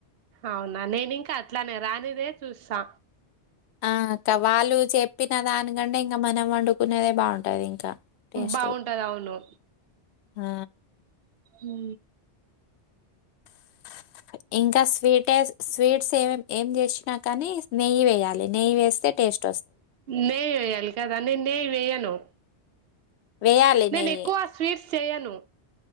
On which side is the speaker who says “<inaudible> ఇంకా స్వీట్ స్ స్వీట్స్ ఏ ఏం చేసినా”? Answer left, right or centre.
Left